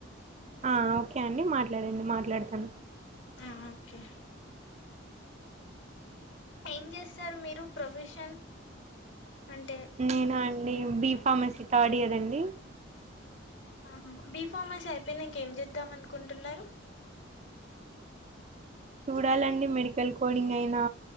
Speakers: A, on the right; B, on the left.
A: ఆ ఓకే అండి మాట్లాడండి మాట్లాడతాను
B: ఆ ఓకే ఏం చేస్తారు మీరు ప్రొఫెషన్ అంటే
A: నేను అండి బి ఫార్మసీ థర్డ్ ఇయర్ అండి
B: ఆహా బి ఫామాసి అయిపోయినంక ఎం చేద్దాం అనుకుంటున్నరు
A: చూడాలండి మెడికల్ కోడింగ్ అయినా